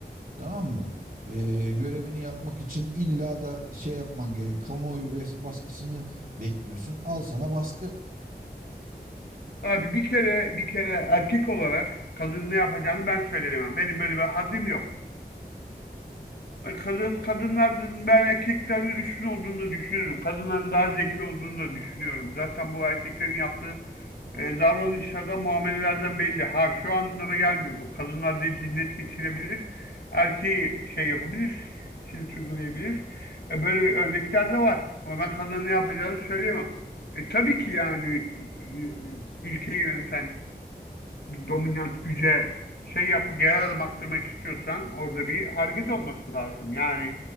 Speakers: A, on the right; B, on the left.
A: Tamam mı? Ee, görevini yapmak için illa da şey yapman gerekiyor. Kamuoyu bas- baskısını bekliyorsun. Al sana baskı.
B: Abi bir kere bir kere erkek olarak kadın ne yapacağını ben söyleyemem. Benim böyle bir haddim yok. E, Kadın kadınların ben erkeklerin üstün olduğunu da düşünüyorum. Kadınların daha zeki olduğunu da düşünüyorum. Zaten bu erkeklerin yaptığı e, davranışlardan, muamelelerden belli. Ha şu anlama gelmiyor bu. Kadınlar da cinnet geçirebilir. Erkeği şey yapabilir. Cilt uygulayabilir. E, böyle örnekler de var. Ama ben kadına ne yapacağını söyleyemem. E, tabii ki yani e, ülkeyi yöneten dominant güce şey yap, geri adım attırmak istiyorsan orada bir hareket olması lazım. Yani